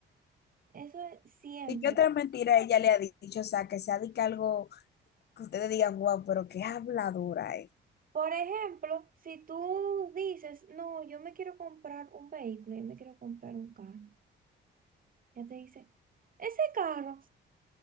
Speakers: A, on the right; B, on the left.
A: Eso es siempre.
B: ¿Y qué otra mentira ella le ha dicho? O sea, que sea de que algo que ustedes digan, wow, pero qué habladora es.
A: Por ejemplo, si tú dices, no, yo me quiero comprar un vehículo, yo me quiero comprar un carro, ya te dice, ese carro,